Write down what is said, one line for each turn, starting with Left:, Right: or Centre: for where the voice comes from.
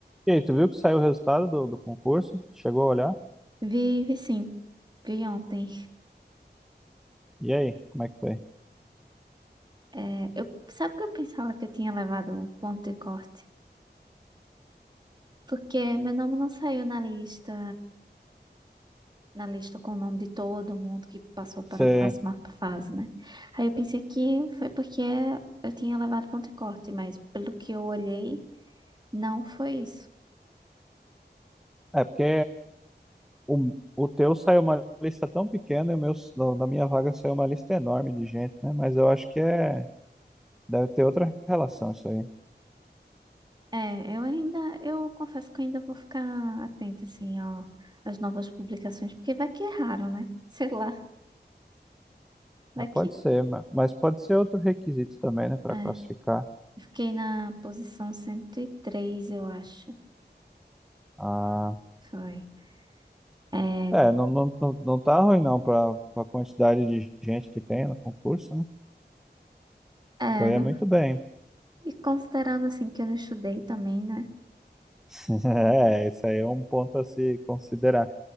Centre: E aí, tu viu que saiu o resultado do, do concurso? Chegou a olhar?
Right: Vi, vi sim. Vi ontem.
Centre: E aí, como é que foi?
Right: É, eu, sabe que eu pensava que eu tinha levado ponto de corte? Porque meu nome não saiu na lista, na lista com o nome de todo mundo que passou para
Centre: Você...
Right: a próxima fase, né? Aí eu pensei que foi porque eu tinha levado ponto de corte, mas pelo que eu olhei, não foi isso.
Centre: É porque o, o teu saiu uma lista tão pequena e o meu, no- na minha vaga saiu uma lista enorme de gente, né? Mas eu acho que é... deve ter outra relação isso aí.
Right: É, eu ainda, eu confesso que eu ainda vou ficar atenta, assim, ó, às novas publicações, porque vai que erraram, né? Sei lá, vai
Centre: É,
Right: que.
Centre: pode ser, ma- mas pode ser outro requisito também, né, para
Right: É.
Centre: classificar.
Right: Eu Fiquei na posição cento e três eu acho.
Centre: Ah,
Right: Foi. É,
Centre: é, não, não, não, não tá ruim não para a quantidade de gente que tem no concurso, né?
Right: é,
Centre: Foi
Right: não,
Centre: é muito bem.
Right: e considerando assim que eu não estudei também, né?
Centre: <laughs> É, isso aí é um ponto a se considerar.